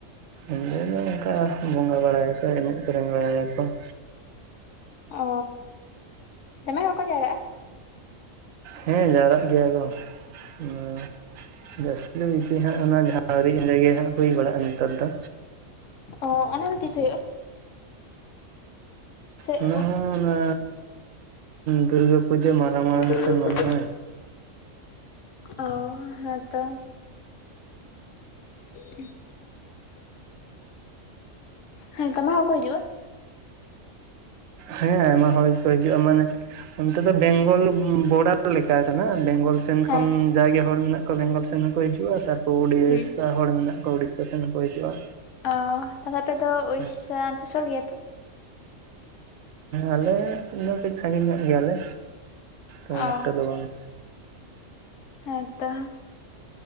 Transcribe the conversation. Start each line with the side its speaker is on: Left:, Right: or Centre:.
Right: ᱮᱸᱫᱮ ᱫᱚ ᱚᱱᱠᱟ ᱵᱚᱸᱜᱟ ᱵᱟᱲᱟᱭᱟᱠᱚ ᱮᱱᱮᱡ ᱥᱮᱨᱮᱧ ᱵᱟᱲᱟᱭᱟᱠᱚ ᱾
Left: ᱚᱻ ᱫᱚᱢᱮ ᱦᱚᱲ ᱠᱚ ᱡᱟᱣᱨᱟᱜᱼᱟ?
Right: ᱦᱮᱸ ᱡᱟᱣᱨᱟᱜ ᱜᱮᱭᱟ ᱠᱚ ᱦᱮᱸ, ᱡᱟᱹᱥᱛᱤ ᱫᱚ ᱵᱮᱥᱤ ᱦᱟᱸᱜ ᱚᱱᱟ ᱜᱮ <inaudible> ᱨᱮᱜᱮ ᱦᱟᱸᱜ ᱦᱩᱭ ᱵᱟᱲᱟᱜᱼᱟ ᱱᱤᱛᱟᱨ ᱫᱚ᱾
Left: ᱚ, ᱚᱱᱟ ᱫᱚ ᱛᱤᱥ ᱦᱩᱭᱩᱜᱼᱟ? ᱥᱮ
Right: ᱚᱱᱟ
Left: ᱚ
Right: ᱦᱚᱸ ᱚᱱᱟ ᱫᱩᱨᱜᱟᱹ ᱯᱩᱡᱟᱹ ᱢᱟᱲᱟᱝ ᱢᱟᱲᱟᱝ
Left: ᱫᱩᱨᱜᱟᱹ
Right: ᱥᱮᱱ ᱢᱟᱱᱮ
Left: ᱯᱩᱡᱟᱹ
Right: ᱦᱚᱭ᱾
Left: ᱚ ᱦᱮᱸᱛᱚ᱾ <unintelligible> ᱦᱮᱸ ᱫᱚᱢᱮ ᱦᱚᱲᱠᱚ ᱦᱤᱡᱩᱜᱼᱟ?
Right: ᱦᱮᱸ ᱟᱭᱢᱟ ᱦᱚᱲ ᱜᱮᱠᱚ ᱦᱤᱡᱩᱜᱼᱟ ᱢᱟᱱᱮ, ᱚᱱᱛᱮ ᱫᱚ ᱵᱮᱝᱜᱚᱞ ᱵᱚᱰᱟᱨ ᱞᱮᱠᱟ ᱠᱟᱱᱟ ᱵᱮᱝᱜᱚᱞ ᱥᱮᱱ
Left: ᱦᱮᱸ
Right: ᱠᱷᱚᱱ, ᱡᱟᱜᱮ ᱦᱚᱲ ᱢᱮᱱᱟᱜ ᱠᱚᱣᱟ ᱵᱮᱝᱜᱚᱞ ᱥᱮᱱ ᱦᱚᱸᱠᱚ ᱦᱤᱡᱩᱜᱼᱟ, ᱛᱟᱨᱯᱚᱨ ᱩᱲᱤᱥᱥᱟ
Left: ᱦᱩᱸ
Right: ᱦᱚᱲ ᱢᱮᱱᱟᱜ ᱠᱚᱣᱟ ᱩᱲᱤᱥᱥᱟ ᱥᱮᱱ ᱦᱚᱸᱠᱚ ᱦᱤᱡᱩᱜᱼᱟ᱾
Left: ᱚᱻ ᱛᱟᱦᱚᱞᱮ ᱟᱯᱮ ᱫᱚ ᱩᱲᱤᱥᱥᱟ
Right: ᱦᱮᱸ
Left: ᱚᱱᱛᱮ ᱥᱳᱨ ᱜᱮᱭᱟᱯᱮ?
Right: ᱟᱞᱮ ᱫᱚ ᱠᱟᱹᱡ ᱥᱟᱺᱜᱤᱧ ᱧᱚᱜ ᱜᱮᱭᱟᱞᱮ, ᱛᱚ ᱚᱱᱮᱠᱴᱟ
Left: ᱚ
Right: ᱫᱚ ᱵᱟᱝ᱾
Left: ᱦᱮᱸᱛᱚ᱾